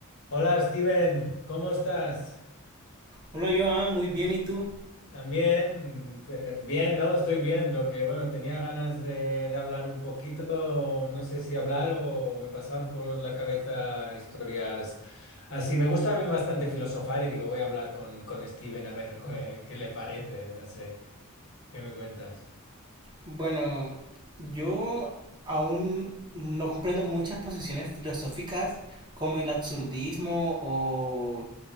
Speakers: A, on the left; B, on the right.
A: Hola Steven, ¿cómo estás?
B: Hola Joan, muy bien, ¿y tú?
A: También, Eh, bien, ¿no? Estoy bien. Lo que, bueno, tenía ganas de, de hablar un poquito, no sé si hablar o me pasaban por la cabeza historias así. Me gusta a mí bastante filosofar y digo, voy a hablar con, con Steven a ver qué, qué le parece, no sé, ¿qué me cuentas?
B: Bueno, yo aún no comprendo muchas posiciones filosóficas como el absurdismo o...